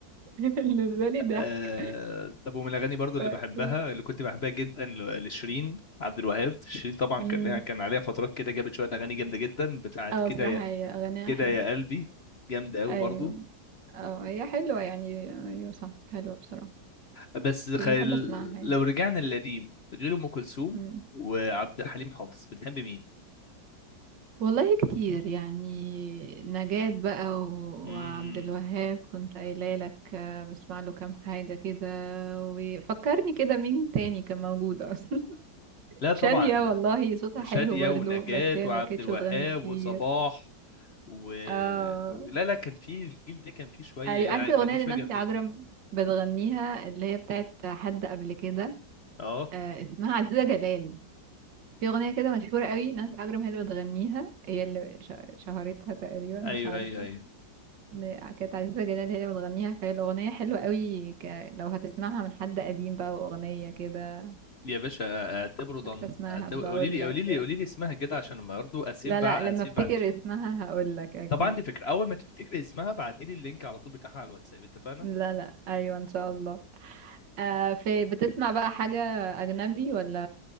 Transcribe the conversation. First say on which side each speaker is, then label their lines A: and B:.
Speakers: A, on the right; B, on the left.
A: بالنسبه لي ضحك
B: آه طب ومن الاغاني برضو اللي
A: ف...
B: بحبها اللي كنت بحبها جدا ل- لشيرين عبد الوهاب شيرين طبعا
A: امم
B: كان لها كان عليها فترات كده جابت شويه اغاني جامده جدا بتاعت
A: اه
B: كده
A: بصراحه
B: يا
A: هي اغانيها
B: كده
A: حلوه
B: يا قلبي جامده قوي
A: ايوه
B: برضو
A: اه هي حلوه يعني ايوه صح حلوه بصراحه
B: بس خل...
A: مش بحب اسمعها يعني
B: لو رجعنا للقديم غير ام كلثوم
A: مم.
B: وعبد الحليم حافظ بتحب مين
A: والله كتير يعني نجاة بقى و-
B: مم.
A: وعبد الوهاب كنت قايله لك آه، بسمع له كام حاجة كده وفكرني كده مين تاني كان موجود اصلا <laughs>
B: لا طبعا
A: شادية والله صوتها
B: شادية
A: حلو برضو
B: ونجاة
A: بس هي
B: وعبد
A: ما كانتش
B: الوهاب
A: بتغني كتير
B: وصباح و...
A: اه
B: لا لا كان في الجيل ده كان فيه شويه
A: ايوه عارفة
B: يعني كان
A: الأغنية
B: فيه
A: اللي
B: شويه
A: نانسي
B: جامدين
A: عجرم بتغنيها اللي هي بتاعت حد قبل كده
B: اه
A: آه اسمها عزيزة جلال في أغنية كده مشهورة قوي نانسي عجرم هي اللي بتغنيها هي اللي ش- شهرتها تقريبا
B: ايوه
A: مش عارفة
B: ايوه ايوه
A: ب- كانت عزيزة جلال هي اللي بتغنيها فهي الأغنية حلوة قوي ك... لو هتسمعها من حد قديم بقى وأغنية كده
B: يا باشا اعتبره ضن
A: فاكرة اسمها
B: اعتبر...
A: بقول
B: قولي لي
A: لك
B: قولي لي قولي لي اسمها كده عشان برضه اسيب
A: لا
B: بع...
A: لا لما
B: اسيب
A: افتكر
B: بعد
A: اسمها هقول لك أكيد
B: طب عندي فكره اول ما تفتكري اسمها ابعتي لي اللينك على طول بتاعها على الواتساب اتفقنا
A: لا لا أيوة إن شاء الله آه في بتسمع بقى حاجة أجنبي ولا